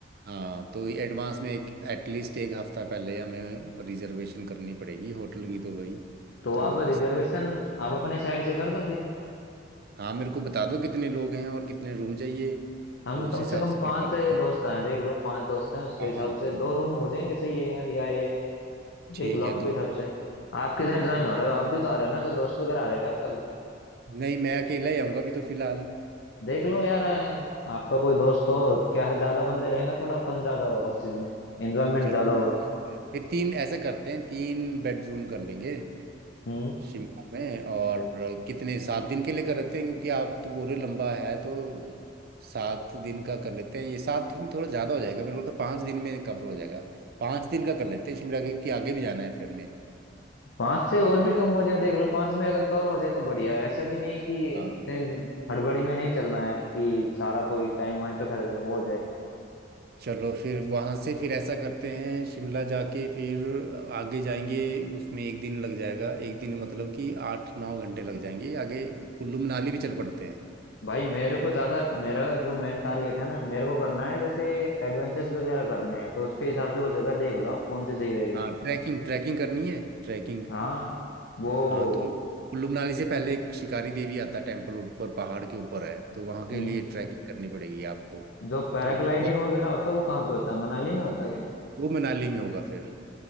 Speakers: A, on the right; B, on the left.
A: हाँ तो एडवांस में एक एटलीस्ट एक हफ्ता पहले हमें रिजर्वेशन करनी पड़ेगी होटल की तो भाई
B: तो
A: तो
B: आप रिजर्वेशन
A: उस
B: आप अपनी साइड से कर दो फिर
A: हाँ मेरे को बता दो कितने लोग हैं और कितने रूम चाहिए
B: हम
A: तो
B: कम
A: उस हिसाब
B: से कम
A: से
B: पांच
A: मैं करूँगा
B: दोस्त हैं देख लो पांच दोस्त हैं उसके
A: पाँच
B: हिसाब से दो
A: दो
B: रूम हो जाएंगे सही है यार या ये
A: ठीक
B: देख लो
A: है
B: आपके
A: दो
B: हिसाब से आप कितने
A: हाँ
B: ज्वाइन
A: दो
B: हो रहे हो आप भी तो आ रहे हो ना कोई दोस्त वगैरह आ रहा है क्या आपका भी
A: नहीं मैं अकेला ही आऊँगा अभी तो फिलहाल
B: देख लो यार अ, आपका कोई दोस्त हो क्या है ज्यादा बंदे रहेंगे थोड़ा फन ज्यादा होगा उस चीज में एंजॉयमेंट
A: चलो
B: ज्यादा होगा
A: हाँ, फिर तीन ऐसे करते हैं तीन बेडरूम कर लेंगे
B: हम्म
A: शिमला में और कितने सात दिन के लिए कर लेते हैं क्योंकि आप तो पूरे लंबा है तो सात दिन का कर लेते हैं ये सात दिन थोड़ा ज़्यादा हो जाएगा मेरे को तो पाँच दिन में कवर हो जाएगा पाँच दिन का कर लेते हैं शिमला क्योंकि आगे भी जाना है फिर हमने
B: पांच से और भी कम हो जाए देख लो पांच में अगर कवर हो जाए तो बढ़िया है ऐसा भी नहीं है कि
A: हाँ
B: इतनी हड़बड़ी में नहीं चलना है कि सारा
A: हाँ
B: कोई टाइम वहीं पे खर- वो हो जाए
A: चलो फिर वहाँ से फिर ऐसा करते हैं शिमला जाके फिर आगे जाएंगे उसमें एक दिन लग जाएगा एक दिन मतलब कि आठ नौ घंटे लग जाएंगे आगे कुल्लू मनाली भी चल पड़ते हैं
B: भाई मेरे को ज्यादा मेरा जो मेन टारगेट है ना मेरे को करना है जैसे एडवेंचर्स वगैरह करने हैं तो उसके हिसाब से वो जगह देख लो आप कौन सी सही रहेगी
A: हाँ ट्रैकिंग ट्रैकिंग करनी है ट्रैकिंग
B: हाँ वो
A: हाँ तो कुल्लू मनाली से पहले एक शिकारी देवी आता है टेम्पल ऊपर पहाड़ के ऊपर है तो वहाँ के
B: हम्म
A: लिए ट्रैकिंग करनी पड़ेगी आपको
B: जो पैराग्लाइडिंग
A: तो वो
B: वगैरह होता है वो कहाँ पे होता है मनाली में होता है क्या
A: वो मनाली में होगा फिर